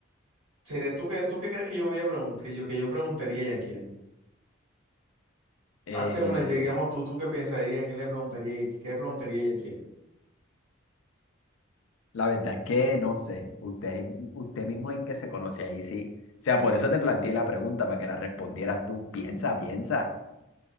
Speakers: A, on the right (about 75°); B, on the left (about 75°).
A: sería tú que, tú qué crees que yo voy a preguntar, que yo, que yo preguntaría y a quién?
B: Eh,
A: Hazte una, digamos tú, tú qué pensarías, a quién le preguntaría y a- qué preguntaría y a quién.
B: la verdad es que no sé, usted, usted mismo en qué se conoce ahí, sí. O sea, por eso te planteé la pregunta, para que la respondieras tú. Piensa, piensa.